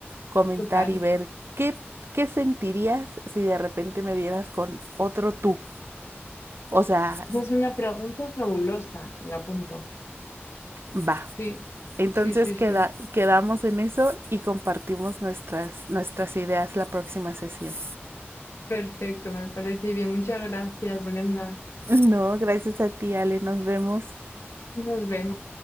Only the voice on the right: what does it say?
comentar
y ver qué qué sentirías si de repente me vieras con otro tú. O sea,
va,
Entonces
queda,
quedamos en eso y compartimos nuestras, nuestras ideas la próxima sesión.
No, gracias a ti, Ale. Nos vemos.